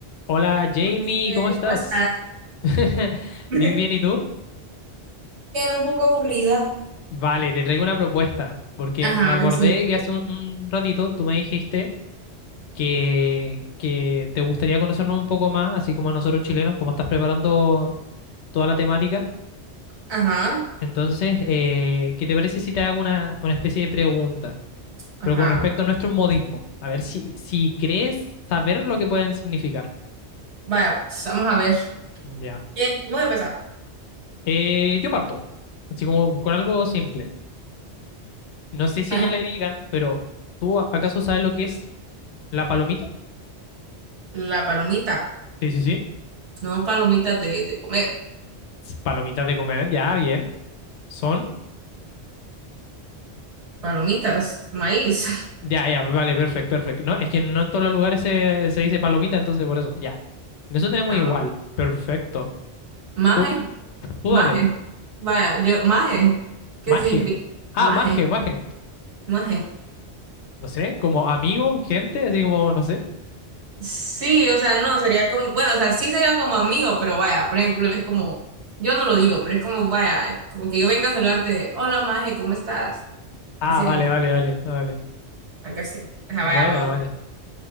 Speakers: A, on the left; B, on the right.
A: Hola Jamie,
B: José,
A: ¿cómo estás?
B: ¿Cómo estás?
A: <laughs>
B: <laughs> Bien,
A: Bien, bien, ¿y tú?
B: un poco aburrida.
A: Vale, te traigo una propuesta, porque
B: Ajá,
A: me acordé
B: te siento.
A: que hace un, un ratito tú me dijiste que, que te gustaría conocernos un poco más, así como a nosotros chilenos, como estás preparando toda la temática.
B: Ajá,
A: Entonces, eh, ¿qué te parece si te hago una, una especie de pregunta?
B: ajá.
A: Pero con respecto a nuestros modismos, a ver si, si crees saber lo que pueden significar.
B: Vaya, pues vamos a ver.
A: Ya.
B: ¿Quién? Voy a empezar.
A: Eh, yo parto, así como con algo simple. No sé si
B: Ajá.
A: a ella le digan, pero ¿tú a- acaso sabes lo que es la palomita?
B: La palomita.
A: Sí, sí, sí.
B: No palomitas de, de comer.
A: Palomitas de comer, ya, bien. Son.
B: Palomitas, maíz. <laughs>
A: Ya, ya, vale, perfecto, perfecto. No, es que no en todos los lugares se, se dice palomita, entonces por eso, ya. En eso tenemos
B: Ah,
A: igual. Perfecto.
B: maje,
A: Tú, tú
B: maje.
A: dale.
B: Vaya, yo, maje. ¿Qué
A: Maje.
B: significa?
A: Ah,
B: Maje,
A: maje, maje.
B: maje.
A: No sé, como amigo, gente, así como, no sé.
B: Sí, o sea, no, sería como, bueno, o sea, sí sería como amigo, pero vaya, por ejemplo, es como, yo no lo digo, pero es como, vaya, como que yo venga a saludarte, hola, maje, ¿cómo estás?
A: Ah,
B: Sí,
A: vale, vale, vale, vale.
B: algo así. Ajá,
A: Buena,
B: vaya, vamos.
A: buena.